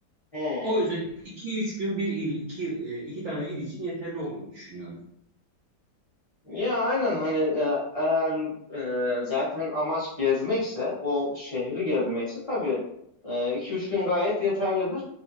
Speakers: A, on the left; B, on the right.
A: Hı.
B: O yüzden iki üç gün bir il, iki, e, iki tane il için yeterli olduğunu düşünüyorum.
A: Ya aynen hani e, eğer e, zaten amaç gezmekse o şehri gezmekse tabii e, iki üç gün gayet yeterlidir.